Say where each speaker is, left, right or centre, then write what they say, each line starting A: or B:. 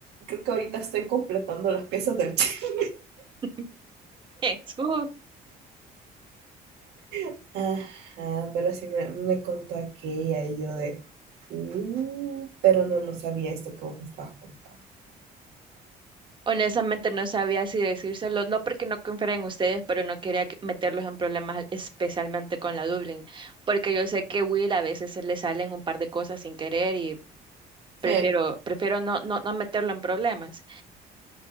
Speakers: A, on the right; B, on the right.
A: creo que ahorita estoy completando las piezas del chisme.
B: <laughs> Jesús.
A: <laughs> Ajá, pero sí me, me contó aquella y yo de, uh, pero no, no sabía esto que vos me estabas contando.
B: Honestamente no sabía si decírselo, no porque no confiara en ustedes, pero no quería que- meterlos en problemas, especialmente con la Dublin, porque yo sé que Will a veces se le salen un par de cosas sin querer prefiero,
A: Eh,
B: prefiero no, no, no meterlo en problemas.